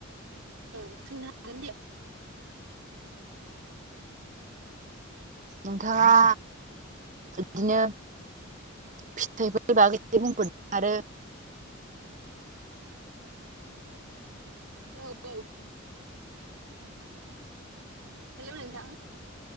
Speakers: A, on the right; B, on the right.
A: औ सोंनो हागोन दे
B: नोंथाङा बिदिनो फिथाइफोरनि बागै एसे बुंफोरदों आरो
A: औ-औ हेल' नोंथां।